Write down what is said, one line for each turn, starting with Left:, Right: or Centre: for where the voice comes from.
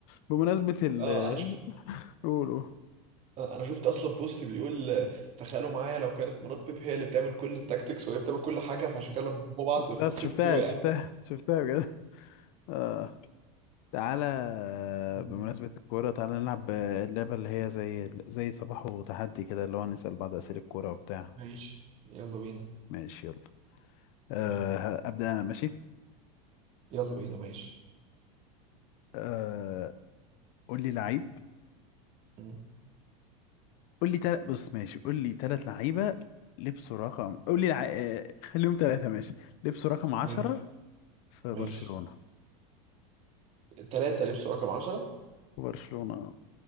Left: بمناسبة ال
Right: اه انا شفت
Left: <laughs> قولوا
Right: آه، انا شفت اصلا بوست بيقول آه، تخيلوا معايا لو كانت مرات بيب هي اللي بتعمل كل التاكتكس وهي بتعمل كل حاجه فعشان كده لما هما بعض في
Left: لا
Right: الست
Left: شفتها
Right: وقع
Left: شفتها شفتها بجد اه تعالى
Right: مم.
Left: بمناسبة الكورة تعالى نلعب اللعبة اللي هي زي زي صباح وتحدي كده اللي هو نسأل بعض أسئلة الكورة وبتاع
Right: ماشي يلا بينا
Left: ماشي يلا أه
Right: يلا
Left: ه- أبدأ أنا ماشي
Right: يلا بينا ماشي
Left: أه قول لي لعيب
Right: مم.
Left: قول لي تل... بص ماشي قول لي ثلاث لعيبه لبسوا رقم قول لي لع... آه، خليهم ثلاثه ماشي لبسوا رقم 10
Right: ماشي
Left: في
Right: ماشي
Left: برشلونه
Right: تلاتة لبسوا رقم عشرة
Left: برشلونه آه.